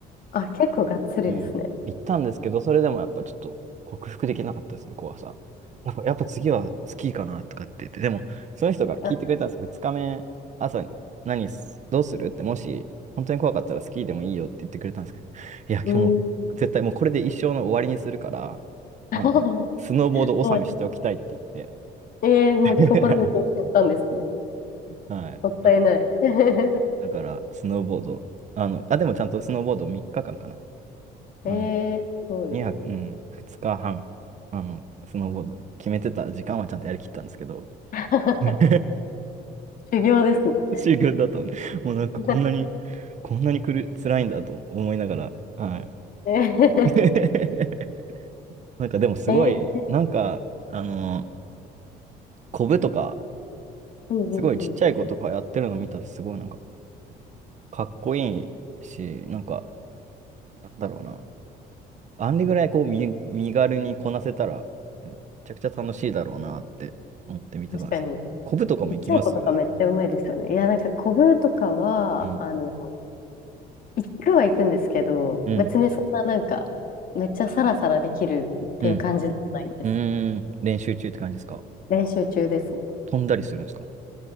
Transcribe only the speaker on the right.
うん。行ったんですけど、それでもやっぱちょっと克服できなかったですね、怖さ。やっぱ、やっぱ次はスキーかなとかって言って、でも、その人が聞いてくれたんですけど、
2日目、朝に、何す、どうするって、もし、本当に怖かったらスキーでもいいよって言ってくれたんですけど、いや、今日もう、
絶対もうこれで一生の終わりにするから、あの、
スノーボード納めしておきたいって言って。
<laughs> はい。
なんで、
だから、スノーボード、あの、あ、でもちゃんとスノーボード3日間かんかな。あの、
2泊、うん、2日半、あの、スノーボード、決めてた時間はちゃんとやりきったんですけど、
<laughs> うん
修行 <laughs> だったので、もうなんかこんなに、
こんなにくる、辛いんだと思いながら、は
い。<laughs> なんかでもすごい、
なんか、あの、コブとか、
すごいちっちゃい子とかやってるの見たら、すごいなんか、かっこいいし、なんか、なんだろうな。あんでぐらいこう、身、身軽にこなせたら、うんめちゃくちゃ楽しいだろうなって思って見てたんですけど、
コブとかも行きます
うん、
うん、
うん、うーん、練習中って感じですか
飛んだりするんですか